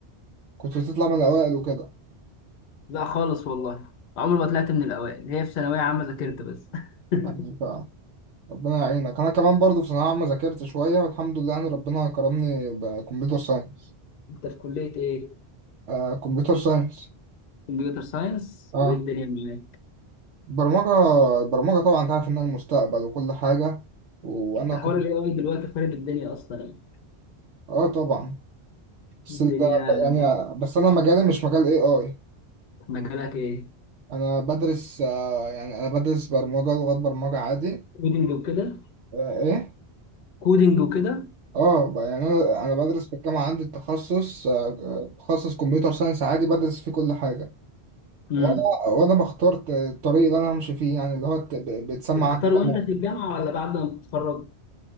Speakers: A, on the right (about 80°); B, on the left (about 60°).
A: كنت بتطلع من الاوائل وكده
B: لا خالص والله عمري ما طلعت من الاوائل هي في ثانويه عامه ذاكرت بس <laughs>
A: يعني ربنا يعينك انا كمان برضو في ثانويه عامه ذاكرت شويه والحمد لله يعني ربنا كرمني بكمبيوتر ساينس
B: انت في كليه ايه
A: آه كمبيوتر ساينس
B: كمبيوتر ساينس
A: اه
B: وايه الدنيا معاك
A: برمجه البرمجه طبعا انت عارف انها المستقبل وكل حاجه وانا
B: انت حوار
A: كنت
B: الاي اي دلوقتي خارب الدنيا اصلا يعني
A: اه طبعا بس
B: الدنيا
A: انت يعني بس انا مجالي مش مجال اي اي
B: مجالك ايه
A: انا بدرس آه يعني انا بدرس برمجه لغات برمجه عادي
B: كودينج وكده
A: آه ايه
B: كودينج وكده
A: اه ب- يعني انا انا بدرس في الجامعه عندي التخصص آه آه، تخصص كمبيوتر ساينس عادي بدرس فيه كل حاجه
B: امم
A: وانا وانا بختار الطريق اللي انا همشي فيه يعني اللي هو الت- ب- بيتسمى
B: بتختار
A: عندي
B: وانت
A: جامعة.
B: في الجامعه ولا بعد ما بتتخرج